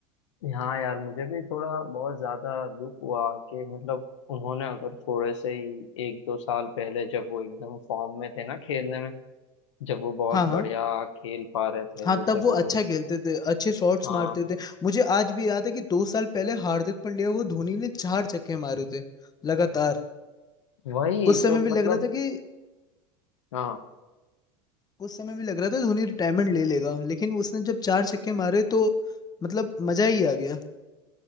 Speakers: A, on the left (about 85°); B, on the left (about 25°).
A: हाँ यार मुझे भी थोड़ा बहुत ज्यादा दुख हुआ कि मतलब उन्होंने अगर थोड़े से ही एक दो साल पहले जब वो एकदम फॉर्म में थे ना खेलने में जब वो बहुत
B: हाँ हाँ
A: बढ़िया खेल पा रहे थे
B: हाँ तब
A: जब
B: वो
A: वो
B: अच्छा खेलते थे अच्छे शॉट्स
A: हाँ
B: मारते थे मुझे आज भी याद है कि दो साल पहले हार्दिक पांड्या को धोनी ने चार छक्के मारे थे लगातार
A: वही
B: उस समय
A: तो
B: भी
A: मतलब
B: लग रहा था कि
A: हाँ
B: उस समय भी लग रहा था धोनी रिटायरमेंट ले लेगा लेकिन उसने जब चार छक्के मारे तो मतलब मजा ही आ गया